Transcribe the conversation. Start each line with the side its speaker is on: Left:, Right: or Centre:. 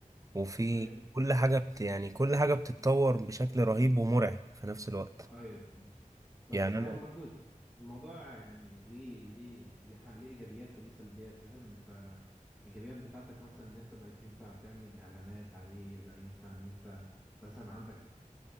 Right: وفي
Centre: أيوه
Right: كل حاجة بت يعني كل حاجة بتتطور بشكل رهيب ومرعب في نفس الوقت
Centre: أيوه فاهم. بس
Right: يعني
Centre: فاهم
Right: انا
Centre: برضو الموضوع يعني ليه ليه ليه ح- ليه إيجابيات وليه سلبيات فاهم أنت الإيجابيات بتاعتك مثلا إن أنت بقيت ينفع تعمل إعلانات عليه بقى ينفع إن أنت مثلا عندك